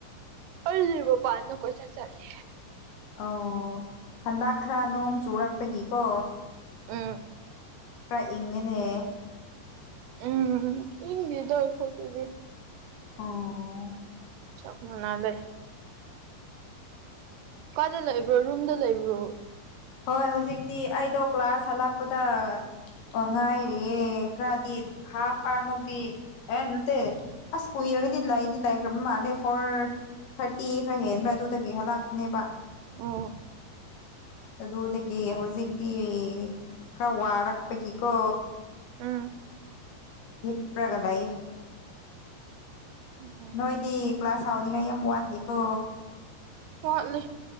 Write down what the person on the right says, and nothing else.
ꯑꯩꯗꯤ ꯃꯄꯥꯟꯗ ꯀꯣꯏꯆꯠ ꯆꯠꯂꯤ
ꯎꯝ
ꯎꯝ ꯏꯪꯗꯦꯗ ꯑꯩꯈꯣꯏꯗꯗꯤ
ꯆꯞ ꯃꯅꯥ ꯂꯩ ꯀꯣꯏꯗ ꯂꯩꯕ꯭ꯔꯣ ꯔꯨꯝꯗ ꯂꯩꯕ꯭ꯔꯣ
ꯑꯣ
ꯎꯝ
ꯎꯝ ꯎꯝ
ꯋꯥꯠꯂꯤ